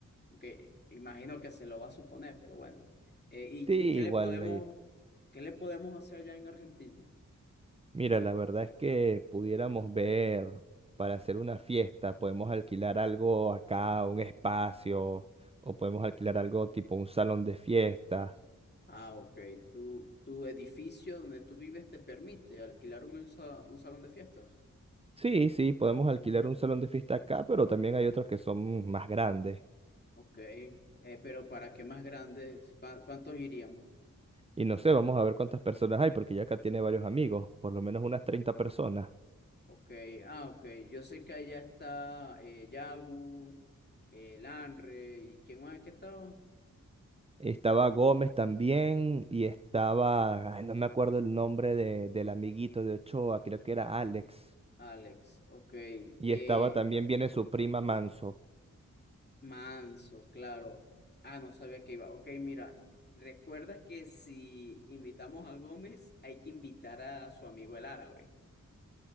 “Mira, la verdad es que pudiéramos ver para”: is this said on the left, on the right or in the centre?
Right